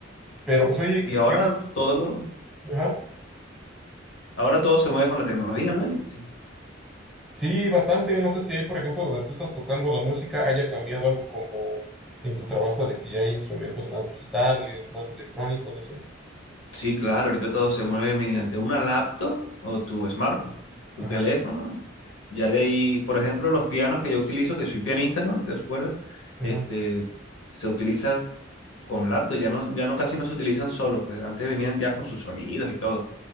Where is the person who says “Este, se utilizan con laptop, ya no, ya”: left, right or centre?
Left